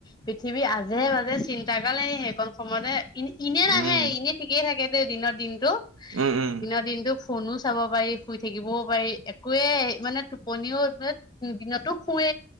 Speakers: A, on the left (about 20°); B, on the right (about 85°).
A: পৃথিৱী আজোজে চিন্তা কাৰালে স সেইকণ সময় ইনে ইনে
B: উম,
A: নাহে এনে ঠিকেই থাকে দে দিনৰ দিনতটো।
B: উম, উম,
A: দিনৰ - দিনটো ফোনো চাব পাৰি শুই থাকিবও পাৰি। কৱে মানে টোপনিওে দিনতো শুৱে